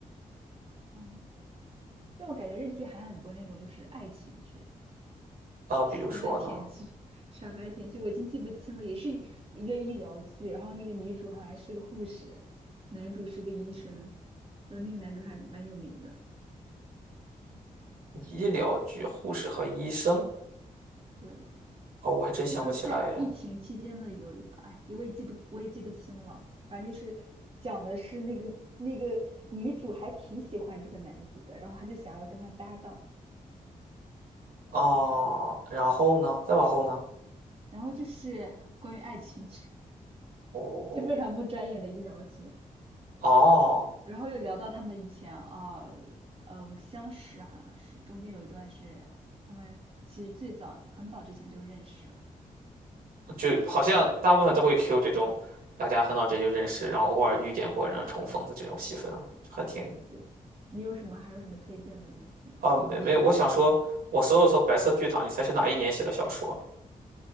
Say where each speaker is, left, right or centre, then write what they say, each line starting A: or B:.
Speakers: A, on the right; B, on the right.
A: 哦，但我感觉日剧还很多那种就是爱情剧，
B: 啊、比如说呢，
A: 傻白甜剧，傻白甜剧，我已经记不清了，也是一个医疗剧。然后那个女主好像是个护士，男主是个医生，然后那个男主还蛮有名的。
B: 医疗剧护士和医生，
A: 对，
B: 哦，我还真想不起来耶。
A: 就是在疫情期间的有一个，哎，我也记不，我也记不清了。反正就是讲的是那个那个女主还挺喜欢这个男主的，然后她就想要跟他搭档，
B: 哦，然后呢，再往后呢，
A: 然后就是关于爱情剧，
B: 哦
A: 就非常不专业的医疗剧。
B: 哦，
A: 然后又聊到他们以前啊，嗯，相识好像是，中间有一段是他们其实最早很早之前就认识了。
B: 就好像大部分都会 Q 这种大家很早之前就认识，然后偶尔遇见过，然后重逢的这种戏份啊，就还挺
A: 对，你有什么还有什么推荐的日剧吗？
B: 啊，没没有，
A: 或者是韩剧？
B: 我想说，我搜了搜《白色巨塔》，你猜是哪一年写的小说？